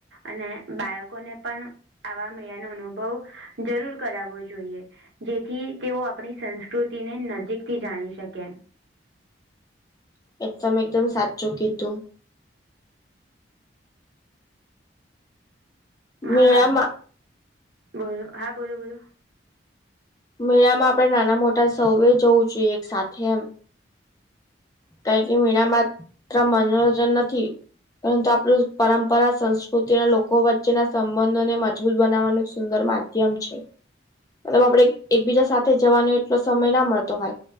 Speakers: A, on the right; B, on the left.
A: અને બાળકોને પણ આવા મેળા નો અનુભવ જરૂર કરાવવો જોઈએ. જેથી તેઓ આપણી સંસ્કૃતિને નજીકથી જાણી શકે.
B: એકદમ એકદમ સાચું કીધું.
A: હા
B: મેળામાં
A: બોલો, હા બોલો બોલો
B: મેળામાં આપણેે નાના મોટા સૌએ જવું જોઈએ એક સાથે એમ કારણ કે મેળા માત્ર મનોરંજન નથી. પરંતુ આપણું પરંપરા સંસ્કૃતિના લોકો વચ્ચેના સંબંધોને મજબૂત બનાવવાનું એક સુંદર મા માધ્યમ છે. પણ આપડે એક-એકબીજા સાથે જવાનો એટલો સમય ના મળતો હોય.